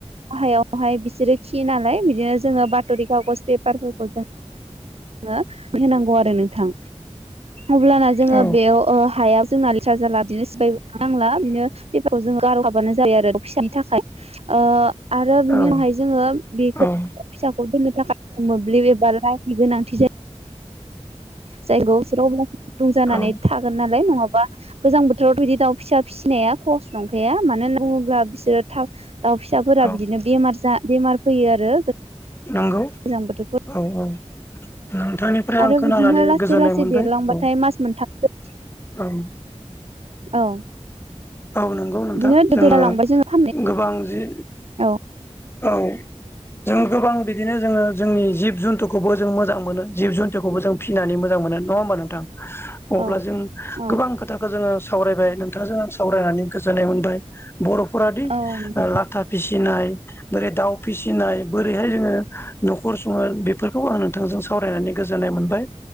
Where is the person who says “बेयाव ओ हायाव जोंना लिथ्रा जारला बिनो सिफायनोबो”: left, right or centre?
Right